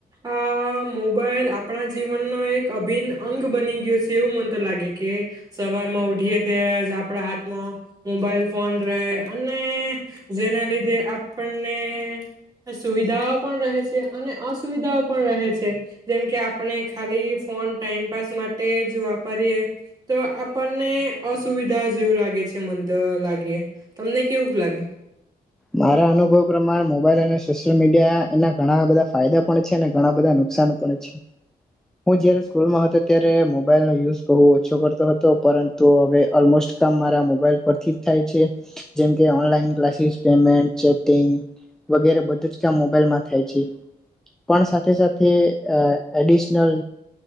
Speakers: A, on the right (about 25°); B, in the centre.
A: આ મોબાઈલ આપણા જીવનનો એક અભિન્ન અંગ બની ગયો છે એવું મન તો લાગે કે સવારમાં ઉઠીએ ત્યારે જ આપણા હાથમાં મોબાઈલ ફોન રહે અને જેના લીધે આપણને સુવિધાઓ પણ રહે છે અને અસુવિધાઓ પણ રહે છે જેમ કે આપણે ખાલી ફોન ટાઈમપાસ માટે જ વાપરીએ તો આપણને અસુવિધાઓ જેવું લાગે છે મંત લાગીએ તમને કેવું લાગે
B: મારા અનુભવ પ્રમાણે મોબાઈલ અને સોશલ મીડિયા એના ઘણા બધા ફાયદા પણ છે અને ઘણા બધા નુકસાન પણ છે હું જારે સ્કૂલમાં હતો ત્યારે મોબાઈલ ન યુઝ બુ ઓછો કરતો હતો પરંતુ હવે ઓલમોસ્ટ કામ મારા મોબાઈલ પરથી થાય છે જેમકે ઓનલાઈન ક્લાસીસ પેમેન્ટ ચેટિંગ વગેરે બધું જ કામ મોબાઈલમાં થાય છે પણ સાથે સાથે એડિશનલ